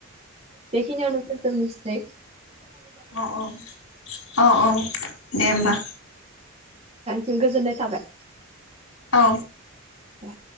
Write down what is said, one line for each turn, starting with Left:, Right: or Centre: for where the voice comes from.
Right: बेखिनियावनो सै
Left: अ अ अ अ दे ओमबा।
Right: जों गोजोननाय थाबाय।
Left: औ
Right: औ